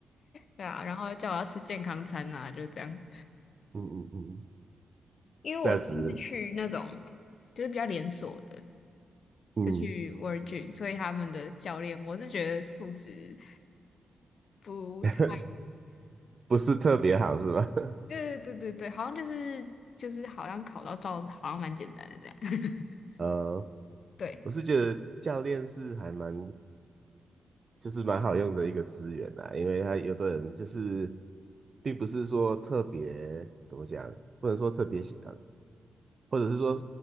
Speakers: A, on the left; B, on the right.
A: 对啊，然后叫我要吃健康餐啊，就这样。
B: 嗯嗯嗯，
A: 因为我算是去那种
B: 这样子，
A: 就是比较连锁的，
B: 嗯，
A: 就去 Virgin，所以他们的教练我是觉得素质不太，
B: <laughs> 不是特别好是吧？<laughs>
A: 对对对对，好像就是就是好像考到照好像蛮简单的这样。<laughs>
B: 呃，
A: 对，
B: 我是觉得教练是还蛮就是蛮好用的一个资源啦，因为他有的人就是并不是说特别怎么讲，不能说特别想。或者是说